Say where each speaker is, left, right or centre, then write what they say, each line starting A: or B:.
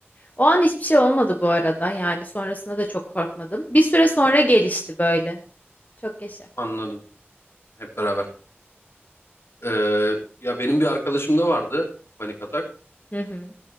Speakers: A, on the left; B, on the left.
A: O an hiçbir şey olmadı bu arada yani sonrasında da çok korkmadım. Bir süre sonra gelişti böyle. Çok yaşa.
B: Anladım. Hep beraber. Ee, ya benim bir arkadaşım da vardı panik atak.
A: Hı hı.